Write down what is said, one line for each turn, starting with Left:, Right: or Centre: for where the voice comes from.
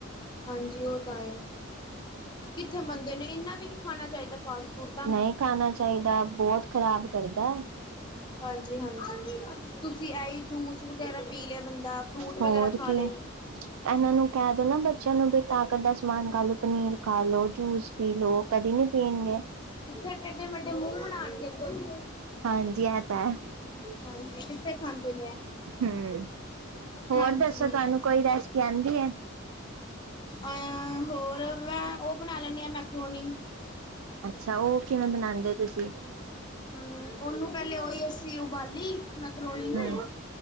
Left: ਹਾਂਜੀ ਉਹ ਤਾਂ ਏ ਕਿੱਥੇ ਮੰਨਦੇ ਨੇ, ਇੰਨਾ ਵੀ ਨਹੀਂ ਖਾਣਾ ਚਾਹੀਦਾ ਫਾਸਟ ਫੂਡ। ਤਾਂ
Right: ਨਹੀਂ ਖਾਣਾ ਚਾਹੀਦਾ, ਬਹੁਤ ਖਰਾਬ ਕਰਦਾ।
Left: ਹਾਂਜੀ-ਹਾਂਜੀ, ਤੁਸੀਂ ਐਹੀ ਜੂਸ ਵਗੈਰਾ ਪੀ ਲਏ, ਬੰਦਾ ਫਰੂਟ ਵਗੈਰਾ
Right: ਹੋਰ
Left: ਖਾ
Right: ਕੀ
Left: ਲਏ।
Right: ਇਹਨਾਂ ਨੂੰ ਕਹਿ ਦੋ ਨਾ, ਬੱਚਿਆਂ ਨੂੰ ਵੀ ਤਾਕਤ ਦਾ ਸਮਾਨ ਕੱਲ ਪਨੀਰ ਖਾ ਲਓ, ਜੂਸ ਪੀ ਲਓ, ਕਦੀ ਨੀ ਪੀਣਗੇ।
Left: ਕਿੱਥੇ ਟੇਡੇ ਮੇਡੇ ਮੂੰਹ ਬਨਾਣਗੇ ਅੱਗੋ ਦੀ।
Right: ਹਾਂਜੀ ਐਹ ਤਾਂ ਐ।
Left: ਹਾਂਜੀ ਕਿੱਥੇ ਖਾਂਦੇ ਨੇ ਆ
Right: ਹੂੰ ਹੋਰ
Left: ਹਾਂਜੀ।
Right: ਦੱਸੋ ਤੁਹਾਨੂੰ ਕੋਈ ਰੈਸਪੀ ਆਂਦੀ ਹੈ
Left: ਅਹ ਹੋਰ ਮੈਂ ਉਹ ਬਣਾ ਲੈਣੀ ਆ ਮੈਕਰੋਨੀ
Right: ਅੱਛਾ, ਉਹ ਕਿਵੇਂ ਬਣਾਉਂਦੇ ਤੁਸੀਂ?
Left: ਹੂੰ ਉਹਨੂੰ ਪਹਿਲੇ ਓਹੀ ਅਸੀਂ ਉਬਾਲੀ ਮੈਂ ਕਰੋਣੀ ਨੂੰ
Right: ਹੂੰ